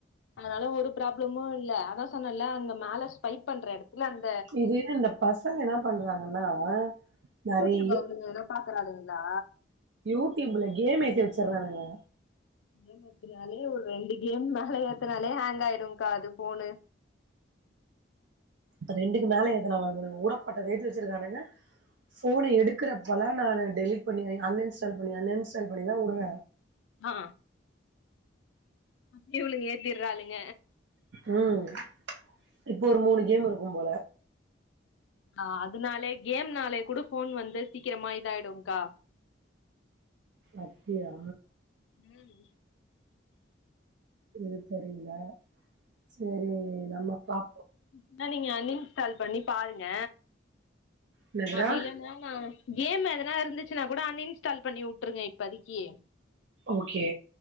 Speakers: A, on the left; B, on the right.
A: அதனால ஒரு ப்ராப்ளமு இல்ல அதா சொன்னல அங்க மேல ஸ்பைப் பண்ற இடத்துல அந்
B: இது இந்த பசங்க என்ன பண்றாங்கன்னா நெறைய
A: யூ ட்யூப் அவங்க என்ன பாக்குறானுங்கனா
B: யூ ட்யூப்ல கேம் ஏத்தி வச்சட்றானுங்க
A: கேம் எத்துனாலே ஒரு ரெண்டு கேம் ஒரு மேல எத்துனாலே ஹேங்க் ஆயிடுகா அது போனு
B: அ ரெண்டுக்கு மேல எதனா வாங்கனு உரப்பட்டதா ரெட்டு வச்சிருக்கானுங்க ஃபோன எடுக்றப்போலா நானு டெலிட் பண்ணி ஆயி அன் இன்ஸ்டால் பண்ணி அன் இன்ஸ்டால் பண்ணி தா உடுற
A: ஆ அப்டி இவ்ளங்க ஏத்திறாளுக
B: உம் இப்போ ஒரு மூனு கேம் இருக்கு போல
A: ஆ அதுனாலே கேம்னாலே கூடு ஃபோன் வந்து சீக்கிரமா இதாய்டும்கா
B: அப்டியா
A: உம்
B: இது தெரியல செரி நம்மோ பாப்போ
A: என்ன நீங்க அன்இன்ஸ்டால் பண்ணி பாருங்க
B: என்னதுடா
A: அப்டி இல்லன்னா நா கேம் எதனா இருந்துச்சின்னா கூட அன் இன்ஸ்டால் பண்ணி உட்ருங்க இப்பதைக்கி
B: ஓகே